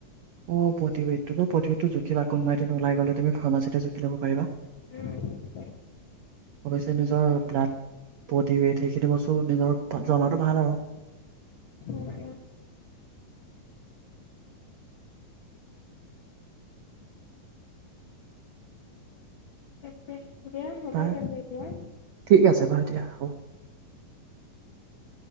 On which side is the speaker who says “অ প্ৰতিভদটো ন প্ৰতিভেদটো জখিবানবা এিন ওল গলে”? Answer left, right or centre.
Right